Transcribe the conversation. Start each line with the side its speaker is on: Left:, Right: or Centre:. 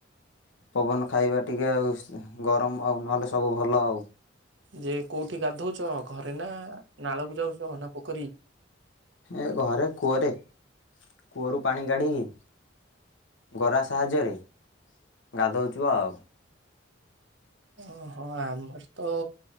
Left: ପବନ ଖାଇବା ଟିକେ ଆଉ ଶ୍ ଗରମ ଆଉ ନହେଲେ ସବୁ ଭଲ ଆଉ,
Right: ଯେ କୋଉଠି ଗାଧଉଛ ଘରେ ନା ନାଳକୁ ଯାଉଛ ନା ପୋଖରୀ?
Left: ଏ ଘରେ କୂଅରେ କୂଅରୁ ପାଣି କାଢ଼ିକି, ଗରା ସାହାଯ୍ୟରେ ଗାଧୋଉଛୁ ଆଉ
Right: ଓହୋ ଆମର ତ